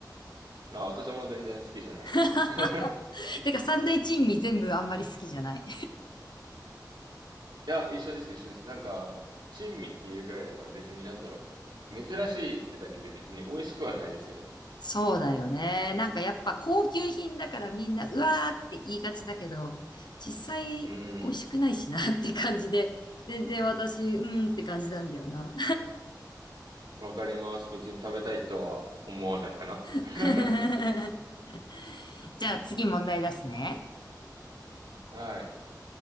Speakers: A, on the right; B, on the left.
A: あ、私も全然好きじゃないです。
B: <laughs>
A: <laughs>
B: てか三大珍味全部あんまり好きじゃない。
A: いや、一緒です、一緒です。なんか、珍味っていうぐらいだから別になんだろう。珍しいってだけで別に美味しくはないですよね。
B: そうだよね。なんかやっぱ高級品だからみんな、うわーって言いがちだけど、実際美味しくないしなって感じで、
A: うん。
B: 全然私、うんって感じなんだよな。
A: わかります。別に食べたいとは思わないかな。
B: <laughs>
A: <laughs>
B: じゃあ次問題出すね。
A: はい。